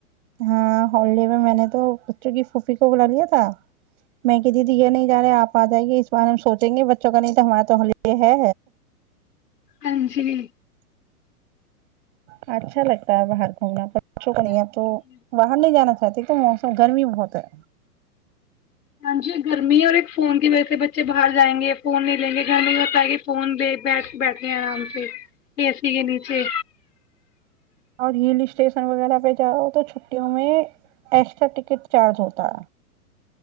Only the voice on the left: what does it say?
اجلی <unintelligible>
بالکل
بالکل
ہاں جی گرمی اور ایک فون کی وجہ سے بچے باہر جائیں گے فون نہیں لیں گے گھر نہیں ہوتا ہے کہ فون دے بیٹھ بیٹھے ہیں آرام سے اے سی کے نیچے